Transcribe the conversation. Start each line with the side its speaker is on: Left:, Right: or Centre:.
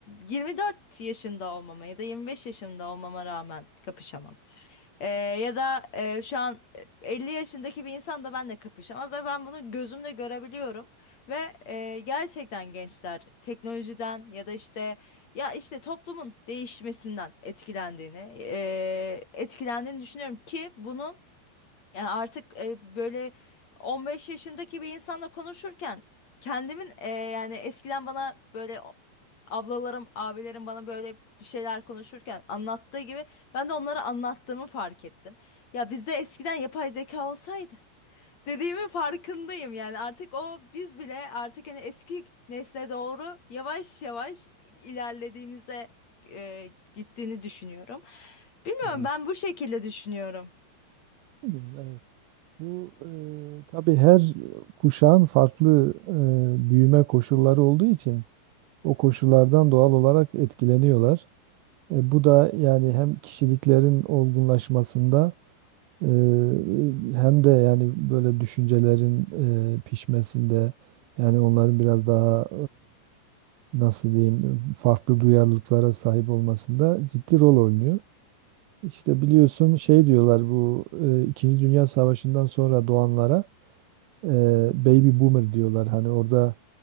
Left: 24 yaşında olmama ya da 25 yaşında olmama rağmen kapışamam. Ee, ya da e, şu an e, 50 yaşındaki bir insan da benimle kapışamaz ama ben bunu gözümle görebiliyorum ve e, gerçekten gençler teknolojiden ya da işte ya işte toplumun değişmesinden etkilendiğini e, etkilendiğini düşünüyorum ki bunun yani artık e, böyle 15 yaşındaki bir insanla konuşurken kendimin e, yani eskiden bana böyle o- ablalarım, abilerim bana böyle bir şeyler konuşurken anlattığı gibi ben de onlara anlattığımı fark ettim. Ya bizde eskiden yapay zeka olsaydı. Dediğimin farkındayım yani artık o biz bile artık hani eski nesle doğru yavaş yavaş ilerlediğimize e, gittiğini düşünüyorum. Bilmiyorum
Right: Evet.
Left: ben bu şekilde düşünüyorum.
Right: Hmm, Evet. Bu e, tabii her kuşağın farklı e, büyüme koşulları olduğu için o koşullardan doğal olarak etkileniyorlar. E, bu da yani hem kişiliklerin olgunlaşmasında e, hem de yani böyle düşüncelerin e, pişmesinde yani onların biraz daha e, nasıl diyeyim farklı duyarlılıklara sahip olmasında ciddi rol oynuyor. İşte biliyorsun şey diyorlar bu e, İkinci Dünya Savaşı'ndan sonra doğanlara e, baby boomer diyorlar. Hani orada